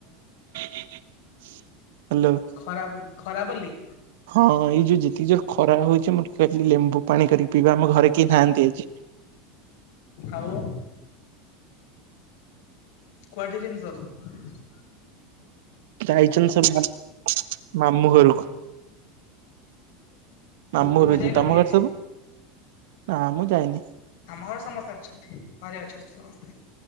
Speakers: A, on the right (about 70°); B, on the left (about 70°).
A: <unintelligible> ହାଲୋ।
B: ଖରା ବୋଲି ଖରା ବୋଲି।
A: ହଁ ଏଇ ଯୋଉ ଯେତିକି ଯୋର ଖରା ହଉଛି ମୁଁ ଟିକେ ଆଜି ଲେମ୍ବୁ ପାଣି କରିକି ପିଇବି। ଆମ ଘରେ କେହି ନାହାନ୍ତି ଆଜି।
B: ଆଉ। କୁଆଡ଼େ ଯାଇଛନ୍ତି ସବୁ?
A: ଯାଇଛନ୍ତି ସବୁ ମାମ୍ ମାମୁଁ ଘରକୁ। ମାମୁଁ
B: ତୁମେ
A: ଘରକୁ
B: ଯାଇନ
A: ଯିବେ ତମ
B: କି
A: ଘରେ
B: ଆଜି?
A: ସବୁ? ନା ମୁଁ ଯାଇନି।
B: ଆମ ଘରେ ସମସ୍ତେ ଅଛନ୍ତି। ଘରେ ଅଛନ୍ତି ସମସ୍ତେ।